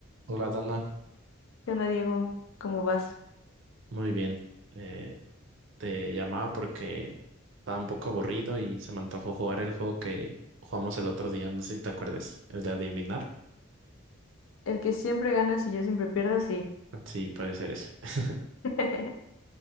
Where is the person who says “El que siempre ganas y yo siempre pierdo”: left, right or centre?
Left